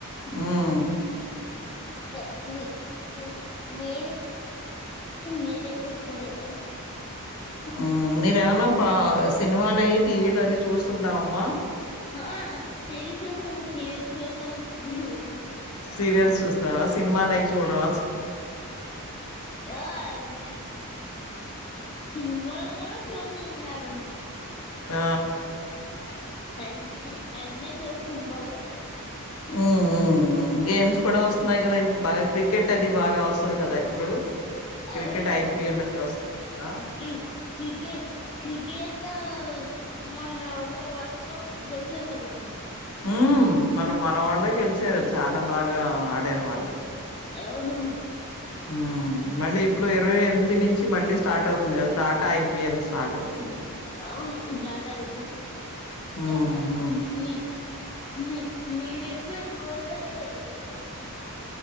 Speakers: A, on the left (about 75°); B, on the left (about 25°).
A: హ్మ్మ్
B: హ ని హ మీ మీరే చెపరే అనీ
A: హ్మ్ మీరేమనా ప సినిమాలయి టీవీలో అది చూస్తుంటావమ్మా
B: హ ఆ సిరిస్ చూస్తున్న సీరియల్ చూద్దాం దాని బదులు
A: సీరియల్స్ చూస్తావ సినిమాలై చూడవ
B: ఆది సినిమాలు గూడ చూతన్ మేడమ్
A: ఆ
B: అన్ని అన్ని చూస్తాం బలే
A: మ్ మ్ మ్ గేమ్స్ కూడ వస్తున్నాయి కదా ఇప్పుడు బాగా క్రికెట్ అది బాగా వస్తది కదా ఇప్పుడు
B: అవును
A: క్రికెట్ ఐపీఎల్ అది ఒస్తుంది కదా!
B: కి కి క్రికెట్ <unintelligible> మొన్న వల్ వరల్డ్ కప్ గెలిచాం కదా మనం
A: మ్ మనం మన వాళ్ళే గెలిచారు. చాలా బాగా ఆడారు వాళ్ళు
B: అవునా
A: మ్ మళ్ళీ ఇప్పుడు ఇరవై ఎన్ ది నుంచి మళ్ళీ స్టార్ట్ అవుతుంది కదా టాటా ఐపీఎల్ స్టార్ట్ అవుతుంది.
B: అవును టాటా ఐపిఎల్
A: నుంచి. హ్మ్.
B: యా
A: హ్మ్.
B: మీ మీ మీరే <unintelligible> చూడాలి